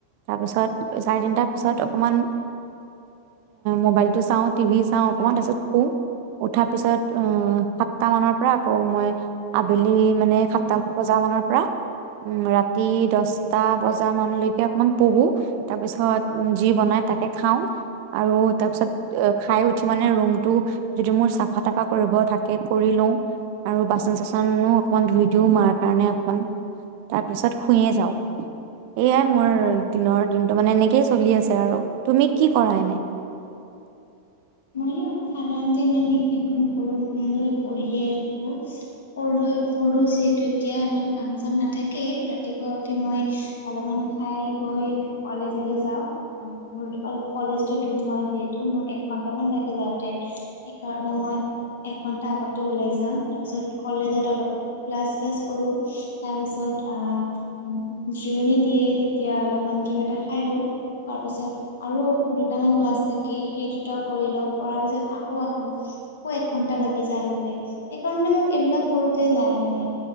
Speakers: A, on the right; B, on the left.
A: তাৰ পিছত চাৰে তিনটা- পিছত
B: উম।
A: অকমান মবাইল টো চাওঁ, টিভি চাওঁ অকমান, তাৰপিছত শু উঠাৰ পিছত আঁহ সাতটা মানৰ পৰা আকৌ মই- আবে'লি মানে সাতটা মান বজাৰ পৰা উম, ৰাতি দছটা বজা মানলৈ কে অকমান পঢ়ো। তাৰপিছত- যি' বনাই তাকে খাওঁ আৰু তাৰ পিছত খাই, উঠি মানে ৰুম- টো যদি মোৰ চাফা- তাফা কৰিব থাকে কৰি লওঁ, আৰু বাচন- চাচনো অকমান ধুই দিওঁ মাৰ কাৰণে অকণমান, তাৰপিছত শুই য়ে যাওঁ। এয়াই' মোৰ
B: অ'।
A: দিনৰ- দিনটো মানে এনেকেই- আৰু তুমি কি' কৰা এনেই?
B: মইও সাধাৰণতে ইমান একো নকৰো, ময়ো পঢ়িয়ে থাকো, পঢ়ো যিহেতু এতিয়া ইমান কাম- চাম নাথাকে। ৰাতিপুৱা উঠি মই অলপমান খাই বৈ কলেজলৈ যাওঁ, মোৰ অলপ কলেজটো দূৰ হয়, যিহেতু এক ঘণ্টা মান লাগি যায় যাওঁতে, সেই কাৰণে মই এঘন্টা আগতে ওলাই যাওঁ। তাৰ পিছত কলেজত ক্লাছ-চেলাছ কৰো। তাৰ পিছত আঁহ জিৰণি দিয়ে তেতিয়া কিবা এটা খাই লওঁ, তাৰপিছত আৰু দুটা মান ক্লাছ থাকে, সেই দুটাও কৰি লওঁ, কৰাৰ পিছত আকৌ' আহো আকৌ' এক ঘন্টা লাগি যায় আহোতে, সেইকাৰণে মোৰ এইবিলাক কৰোতে যায় মানে,